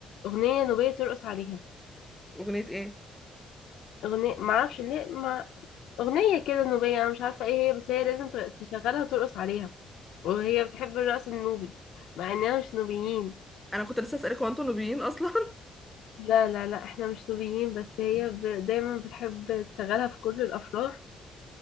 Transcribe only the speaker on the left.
اغنيه نوبيه ترقص عليها
اغنيه ما اعرفش ليه ما اغنيه كده نوبيه انا مش عارفه ايه هي بس هي لازم ت- تشغلها وترقص عليها وهي بتحب الرقص النوبي مع اننا مش نوبيين
لا لا لا احنا مش نوبيين بس هي ب... دايما بتحب تشغلها في كل الافراح